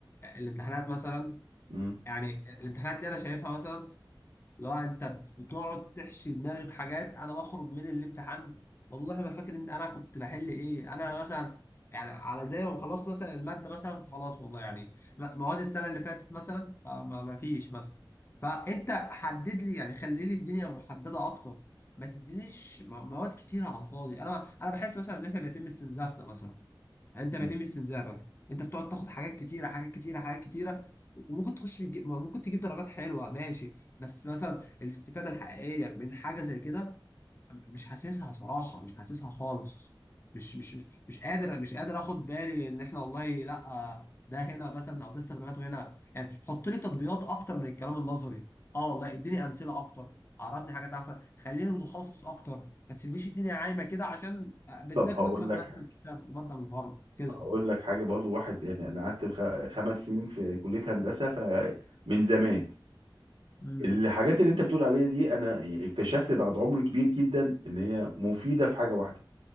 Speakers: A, on the left (about 30°); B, on the right (about 80°).
A: الامتحانات مثلا
B: مم.
A: يعني الامتحانات دي انا شايفها مثلا لو انت بتقعد تحشي دماغي بحاجات انا بخرج من الامتحان والله ما فاكر ان انا كنت بحل ايه انا مثلا يعني على زي ما خلاص مثلا الماده مثلا خلاص والله يعني م- مواد السنه اللي فاتت مثلا فما ما فيش مثلا فانت حدد لي يعني خلي لي الدنيا محدده اكتر ما تدينيش م- مواد كتيره على الفاضي انا انا بحس مثلا ان احنا بيتم استنزافنا مثلا يعني انت بيتم
B: مم.
A: استنزافك انت بتقعد تاخد حاجات كتيره حاجات كتيره حاجات كتيره وممكن تخش في الج- ممكن تجيب درجات حلوه ماشي بس مثلا الاستفاده الحقيقيه من حاجه زي كده مش حاسسها صراحه مش حاسسها خالص مش مش مش مش قادر مش قادر اخد بالي ان احنا والله لا ده هنا مثلا او ده استخداماته هنا يعني حط لي تطبيقات اكتر من الكلام النظري اه والله اديني امثله اكتر عرفني حاجات احسن خليني متخصص اكتر ما تسيبليش الدنيا عايمه كده عشان بتذاكر
B: طب هقول
A: مثلا ماده
B: لك حاجه
A: من الشرق ماده من الغرب كده
B: هقول لك حاجه برضو واحد يعني انا قعدت خ- خمس سنين في كليه هندسه فمن زمان
A: امم
B: الحاجات اللي انت بتقول عليها دي انا اكتشفت بعد عمر كبير جدا ان هي مفيده في حاجه واحده